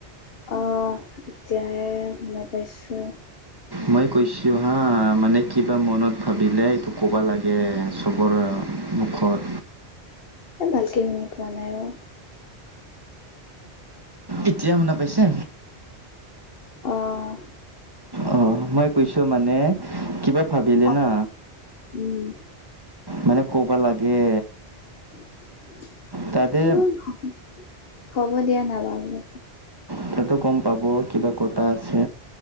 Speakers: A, on the left (about 60°); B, on the right (about 20°).
A: অহ এতিয়াহে শুনা পাইছোঁ।
B: মই কৈছো হা মানে কিবা মনত ভাবিলে এইটো ক'ব লা। গে চবৰে মুখত।
A: এ ভালকে শুনি পোৱা নাই অহ'।
B: এতিয়া শুনা পাইছা।
A: অহ'।
B: অহ' মই কৈছো মানে কিবা ভাবিলে
A: অ
B: না।
A: উম।
B: মানে ক'বা লাগে।
A: <unintelligible>
B: তাতে
A: মোক হ'ব হ'ব দিয়া নালাগে।
B: এটাতো গম পাব কিবা কটা আছে।